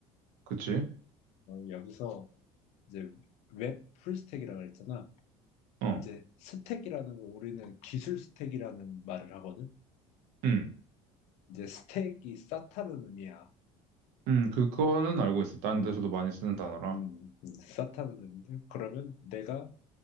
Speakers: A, on the right; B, on the left.
A: 그치?
B: 어, 여기서 이제 웹 풀스택이라고 했잖아.
A: 어,
B: 이제 스택이라는 거 우리는 기술 스택이라는 말을 하거든.
A: 음,
B: 이제 스택이 쌓다는 의미야.
A: 음, 그거는 알고 있어. 다른
B: 음,
A: 데서도 많이 쓰는 단어라.
B: 음, 음, 쌓다는 의미인데 그러면 내가